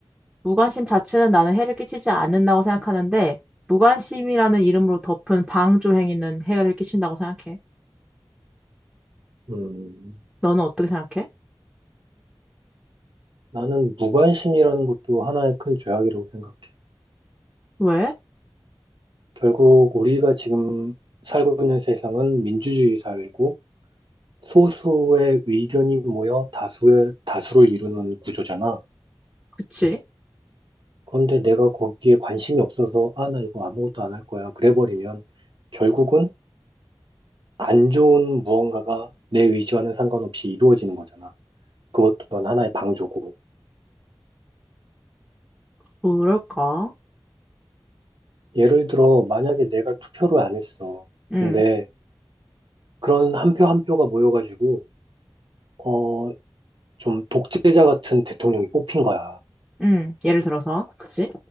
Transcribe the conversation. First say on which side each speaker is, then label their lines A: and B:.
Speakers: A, in the centre; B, on the right.
A: 무관심 자체는 나는 해를 끼치지 않는다고 생각하는데, 무관심이라는 이름으로 덮은 방조 행위는 해를 끼친다고 생각해.
B: 음,
A: 너는 어떻게 생각해?
B: 나는 무관심이라는 것도 하나의 큰 죄악이라고 생각해.
A: 왜?
B: 결국 우리가 지금 살고 있는 세상은 민주주의 사회고 소수의 의견이 모여 다수의 다수를 이루는 구조잖아.
A: 그치?
B: 그런데 내가 거기에 관심이 없어서 아, 나 이거 아무것도 안 할 거야. 그래 버리면 결국은 안 좋은 무언가가 내 의지와는 상관없이 이루어지는 거잖아. 그것 또한 하나의 방조고.
A: 그럴까?
B: 예를 들어 만약에 내가 투표를 안 했어.
A: 응,
B: 근데 그런 한 표 한 표가 모여가지고 어, 좀 독재자 같은 대통령이 뽑힌 거야.
A: 응. 예를 들어서, 그치?